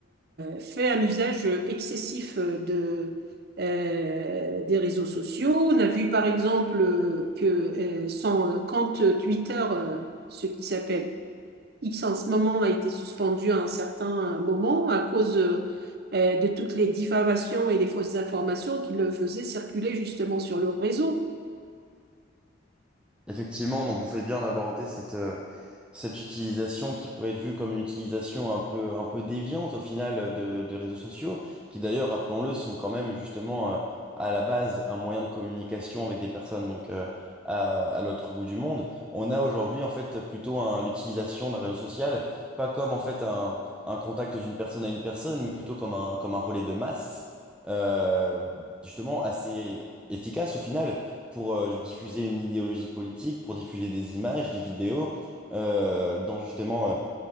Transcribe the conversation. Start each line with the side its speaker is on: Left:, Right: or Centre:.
Right: fait un usage excessif de, euh, des réseaux sociaux. On a vu par exemple euh, que euh, son euh, compte Twitter, euh, ce qui s'appelle X en ce moment a été suspendu à un certain euh, moment à cause euh, euh, de toutes les diffamations et les fausses informations qu'il euh, faisait circuler justement sur le réseau.
Centre: Effectivement, donc vous faites bien d'aborder cette, euh, cette utilisation qui peut être vue comme une utilisation un peu, un peu déviante au final euh, de, de réseaux sociaux, qui d'ailleurs, rappelons-le, sont quand même justement euh, à la base un moyen de communication avec des personnes donc euh, à, à l'autre bout du monde. On a aujourd'hui en fait plutôt un- l'utilisation d'un réseau social, pas comme en fait un, un contact d'une personne à une personne, mais plutôt comme un, comme un relais de masse, euh, justement assez efficace au final pour euh, diffuser une idéologie politique, pour diffuser des images, des vidéos, euh, dans justement euh,